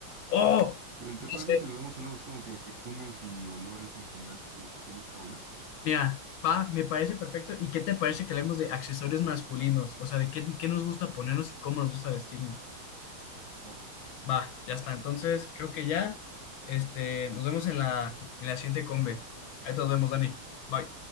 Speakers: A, on the left; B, on the right.
A: ¡Oh!
B: Bien, ¿te
A: Ya
B: parece si
A: sé.
B: le damos algo así como que perfumes y olores en general de los que te gusta oler?
A: Mira, va, me parece perfecto. ¿Y qué te parece que hablemos de accesorios masculinos? O sea, de qué, qué nos gusta ponernos y cómo nos gusta vestirnos.
B: Va.
A: Va, ya está. Entonces, creo que ya, este, nos vemos en la, en la siguiente combe. Ahí te nos vemos, Dani. Bye.